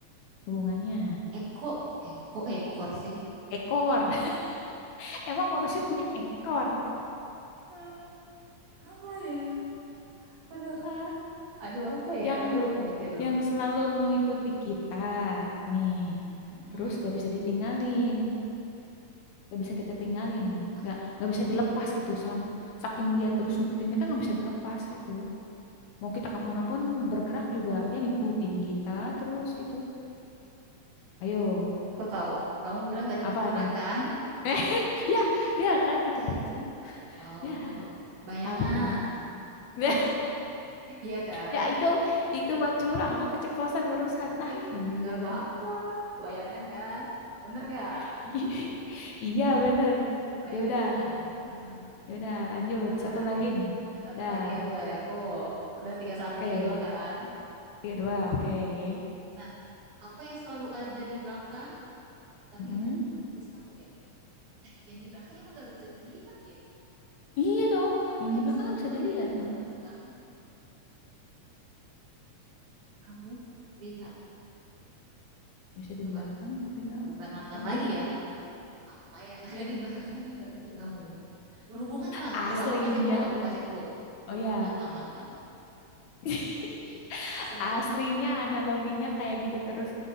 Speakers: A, on the left (about 75°); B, on the right (about 85°).
A: hubungannya.
B: Eko Eko ekor sih
A: Ekor. <laughs> Emang manusia punya ekor?
B: Hmm. Apa ya? Aduh,
A: Ah,
B: aduh apa ya?
A: yang
B: Aduh aku pikir dulu.
A: yang
B: Hmm,
A: selalu mengikuti kita nih
B: mm-mm.
A: terus gak bisa ditinggalin gak bisa kita tinggalin nih
B: A-
A: gak gak bisa dilepas gitu sam saking dia terus ngikutin kita nggak bisa dilepas gitu mau kita kemanapun bergerak juga dia ngikutin kita terus gitu ayo
B: Aku tahu. Kamu bilang tadi
A: apa
B: bergerak
A: dong <laughs>
B: kan?
A: Eh, ya ya kan keceplosan
B: Ya, aku tahu.
A: ya
B: Ba- Bayangan.
A: apa dong
B: <laughs>
A: Nah,
B: Iya kan?
A: ya itu itu mah curang aku keceplosan barusan lah
B: Ih,
A: iya
B: nggak apa-apa.
A: dah
B: Bayangan kan? Bener nggak?
A: <laughs> iya bener
B: Bayangan.
A: ya udah
B: Hmm.
A: Yaudah, lanjut.
B: Nah,
A: Satu lagi
B: ini
A: nih.
B: satu
A: Dah,
B: lagi aku dari aku. Udah tiga satu,
A: oke.
B: tiga dua kan?
A: Tiga, dua, oke.
B: Nah, apa yang selalu ada di belakang tapi
A: Mm-mm.
B: nggak bisa kamu lihat? Yang di belakang emang nggak bisa dilihat ya?
A: Iya dong.
B: apa
A: Yang di
B: yang
A: belakang
B: selalu
A: nggak bisa dilihat
B: ada di belakang
A: tuh.
B: kamu lihat
A: Bisa di
B: coba
A: belakang, tapi nggak
B: bukan mantan
A: kamu.
B: lagi ya apa yang ada di belakang tadi nggak bisa kamu lihat berhubungan lah
A: Aslinya.
B: coba aku kasih clue aku kasih clue
A: Oh
B: berhubungan
A: ya.
B: sama mantan
A: <laughs>
B: ih masa nggak
A: Aslinya
B: tahu
A: analoginya kayak gitu terus.